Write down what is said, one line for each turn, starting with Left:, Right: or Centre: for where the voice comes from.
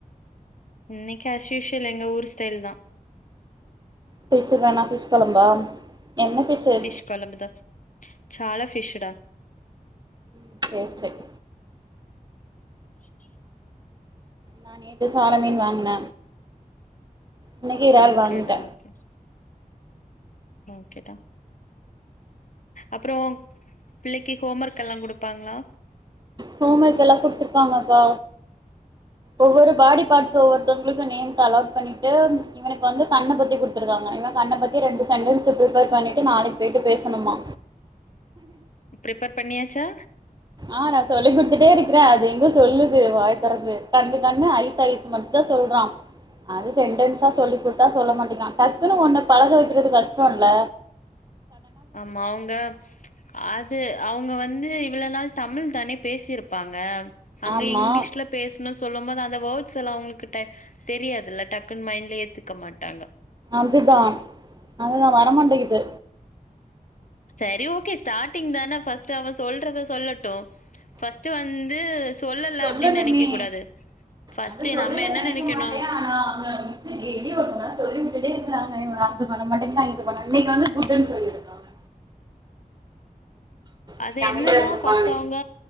Left: இன்னிக்கா ஏஸ்யூஸ்வல் எங்க ஊர் ஸ்டைல்தா
Right: ஃபிஷ் வேணா ஃபிஷ் கொழம்பா என்ன ஃபிஷ்ஷு சேர்
Left: ஃபிஷ் கொலம்புதா சால ஃபிஷ் டா
Right: ம் சேர் சேர்
Left: <inaudible>
Right: நா நேத்து சால மீன் வாங்குன இன்னைக்கு இறால்
Left: ஓகேடா
Right: வாங்கிட்ட
Left: ஓகே ஓகேடா அப்புறோ பிள்ளைக்கு ஹோம் ஒர்க் எல்லா குடுப்பாங்களா
Right: ஹோம் ஒர்க் எல்லா குடுத்துருக்காங்கக்கா ஒவ்வொரு பாடி பார்ட்ஸ் ஒவ்வொருத்தவங்களுக்கு நேம்ஸ் அலாட் பண்ணிட்டு இவனுக்கு வந்து கண்ண பத்தி குடுத்துருக்காங்க இவ கண்ண பத்தி ரெண்டு சென்டன்ஸ் ஃபிரிப்பேர் பண்ணிட்டு நாளைக் போயிட்டு பேசணுமா
Left: ஃப்ரிப்பர் பண்ணியாச்சா
Right: ஆ நா சொல்லி குடுத்துட்டே இருக்குற அது எங்க சொல்லுது வாய தொரந்து கண்ணு கண்ணு ஐஸ் ஐஸ் மட்டு சொல்றா அது சென்டன்ஸா சொல்லி குடுத்தா சொல்ல மாட்டிங்குறா டக்குன்னு ஒன்ன பழக வைக்குறது கஷ்டோம்ல்ல
Left: ஆமா அவங்க அது அவங்க வந்து இவ்வள நாள் தமிழ் தானே பேசியிருப்பாங்க அங்க
Right: ஆமா
Left: இங்கிலீஷ்ல பேஸ்ணு சொல்லும் போது அந்த வோர்ட் ஸ்லா அவங்களுகிட்ட தெரியாதுல்ல டக்குன் மைண்ட்ல ஏத்துக்க மாட்டாங்க
Right: அதுதா அதுதா வரமாட்டேங்குது
Left: சரி ஓகே ஸ்டார்டிங் தான ஃபஸ்ட்டு அவ சொல்றத சொல்லட் டு ஃபஸ்ட்டு வந்து சொல்லல
Right: சொல்லணுமே
Left: அப்படின்னு நினைக்க கூடாது ஃபர்ஸ்ட்
Right: அத சொல்லல
Left: நம்ம என்ன
Right: நெனைக்க
Left: நினைக்கணும்
Right: மாட்டே ஆனா அவங்க மிஸ்சு ஏ என்னயு <unintelligible> சொல்லி வுட்டுட்டே இருக்கறாங்க இவன்கு <unintelligible> வர மாட்டேங்குறா இத பண்ண அன்னைக்கு வந்து கூட்ன்னு வந்து சொல்லிருக்காங்க
Left: அது
Right: நீங்க அமைதியா
Left: என்னன்னா
Right: இருந்துப்பான்னு
Left: ஃபஸ்ட்டா அவங்க